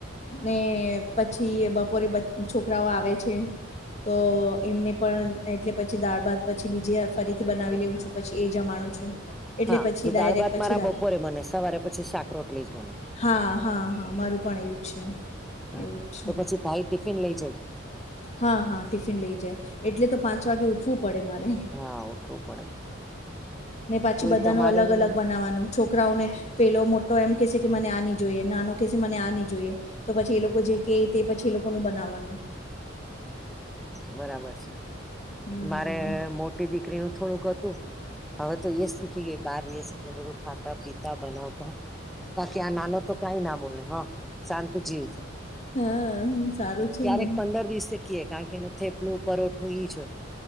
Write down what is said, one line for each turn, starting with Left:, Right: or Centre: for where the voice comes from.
Left: ને પછી બપોરે છોકરાઓ આવે છે. તો એમને પણ એટલે. પછી દાળ ભાત પછી બીજીે ફરીથી બનાવી લેઉું છું પછી એ જમાનું છું. એટલે
Centre: હા
Left: પછી
Centre: જો
Left: ડાયરેક્ટ
Centre: દાળ ભાત
Left: પછી
Centre: મારા
Left: રાત
Centre: બપોરે બને સવારે પછી સાાકરોટલી જ બને
Left: હા હા હા મારું પણ એવું છે
Centre: હા
Left: એવુંજ છે.
Centre: તો પછી ભાઈ ટિફિન લઈ જાય
Left: હા હા ટિફિન લઈ જાય એટલે તો પાંચ વાગે ઉઠવું પડે મારે
Centre: હા ઉઠવું પડે
Left: ને પાછી
Centre: તો
Left: બધા
Centre: એ તમારે
Left: ન અલગ
Centre: ને
Left: અલગ બનાવાનું છોકરાઓને પેલો મોટો એમ કહેશે કે મને આ ન જોઈએ નાનો કહેશે મને આ ન જોઈએ તો પછી એ લોકો જે કે તે પછી એ લોકોનું બનાવવાનું
Centre: બરાબર છે
Left: હમ
Centre: મારે મોટી દીકરીનું થોડુંક હતું હવે તો શીખી ગઈ બાર યસ એટલે બધું ખાતા પીતા બનાવતા બાકી આ નાનો તો કઈ ના બોલને હ શાંત જીવ છે.
Left: હા સારું છે
Centre: ક્યારેક
Left: ને
Centre: પંદર દિવસે કીએ કારણ કે એનું થેપલું પરોઠું ઈ જ હોય.